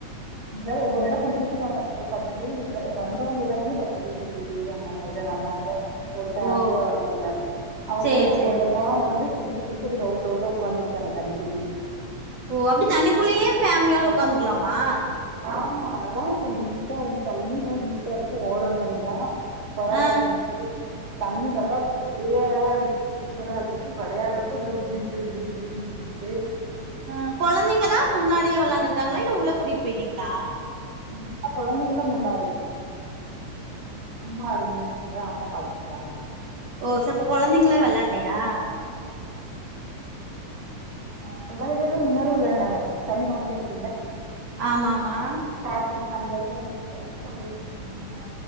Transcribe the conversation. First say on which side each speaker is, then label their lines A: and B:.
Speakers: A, on the right; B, on the right.
A: எல்லாரு ஒவ்வொரு எட புடிச்சு வச்சுட்டாங்க ஒரு பத்து பேரு இருவ வந்தவங்கள வந்து பத்து பேரு இருவது பேரு அந்த மாதிரி தா அந்த மார்தா ஒரு ஃபேமிலியா
B: ஓ
A: வரவங்க அவுங்கெல்லா
B: சேரி
A: ஒவ்வொரு
B: சேரி
A: எடமா வந்து புடிச்டாங் புடிச்சுட்டு ரௌண்ட் ரௌண்டா உக்காந்துக்டாங்க தண்ணிக்குள்ளயே
B: ஓ அப்பிடி தண்ணிக்குள்ளயே ஃபேமிலியோட உக்காந்துக்லாமா
A: ஆமா நல்லாருக்கு நீட்டா இருக்கு தண்ணி எல்லா நீட்டா இருக்கு ஓடற தண்ணிதா சூப்பரா
B: ஆ
A: இருந்துச்சு தண்ணி நல்லா க்ளியரா இருந்துச் சூப்பரா இருந்துச்சு வெளையாடறக்கு நல்லா ஜிலு ஜிலு ஜிலு ஜிலுன் இருந் ச்சு
B: அ கொழந்தைங்களா முன்னாடியே வெளையாண்டுக்டாங்ளா இல்ல உள்ள கூட்டிட்டு போய்ட்டிங்ளா
A: ல்ல கொழந்தைங்லா முன்னாடி அம்மா இருந்துச்சுல்ல அம்மா பாத்துக்டாங்க
B: ஓ சப்ப கொழந்தைங்ளா வெளாடலியா
A: ஆ கொழந்தைகள்லா முன்னாடி வெளையாண்டாங்க தண்ணி கமியா இருக்
B: ஆமாமா
A: ஸ்டார்டிங்ல அந்த எடத்துல வந்துட்டு தம்பிகிட்ட சொன்ன